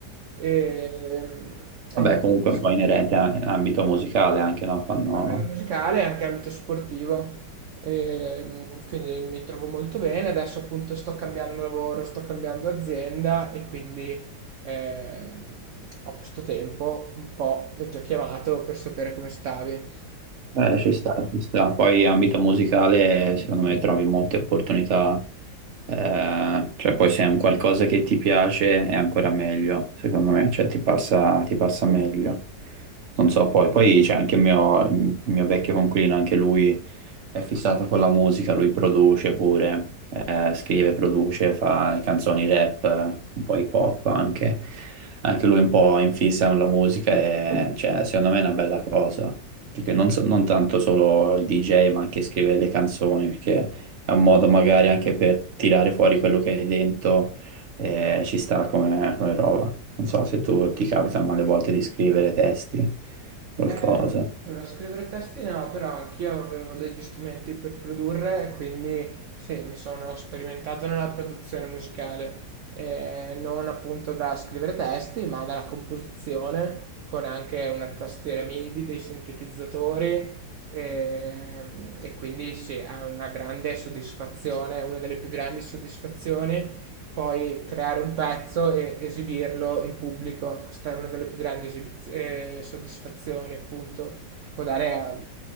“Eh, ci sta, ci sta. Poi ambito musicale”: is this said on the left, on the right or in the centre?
Right